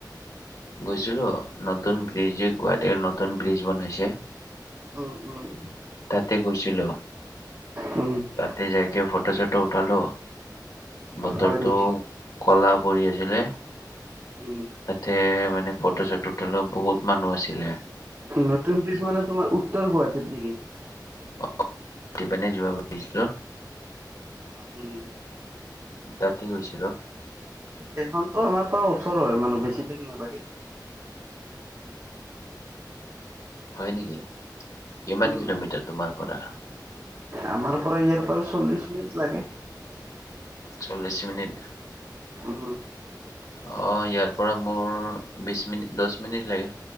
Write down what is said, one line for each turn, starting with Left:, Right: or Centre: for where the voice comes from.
Left: গৈছিল নতুন ব্ৰিজে গুৱাহাটীত নতুন ব্ৰিজ বনাইছে।
Right: উম উম
Left: তাতে গৈছিলো।
Right: উম
Left: তাতে যাইক ফটো চটো উঠালো বতৰটো-
Right: হয় নেকি?
Left: কলা পৰি় আছিলে।
Right: উম,
Left: তাতে মানে ফটো চটো উটালো বহুত মানুহ আছিলে।
Right: নতুন ব্ৰিজ মানে তোমাৰ উত্তৰ গুৱাহাটীত নেকি?
Left: অ <unintelligible> যোৱা ভাবিছিলো
Right: ওম
Left: তাতে গৈছিলো
Right: সেইখনতো আমাৰ পৰা ওচৰ হয় মানে বেছি দিন নালাগে।
Left: হয় নেকি কিমান
Right: উম,
Left: কিলোমিটাৰ তোমাৰ পৰা।
Right: আমাৰ পৰা ইয়াৰ পৰাাৰ চল্লিশ মিনিট লাগে।
Left: চল্লিশ মিনিট
Right: উম
Left: অঁ ইয়াৰ পৰা মোৰ বিশ মিনিট দহ মিনিট লাগে।